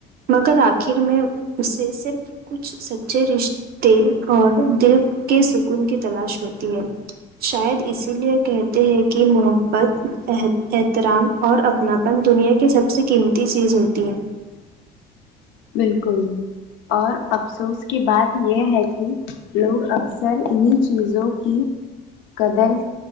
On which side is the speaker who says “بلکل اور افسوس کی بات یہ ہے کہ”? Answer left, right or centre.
Left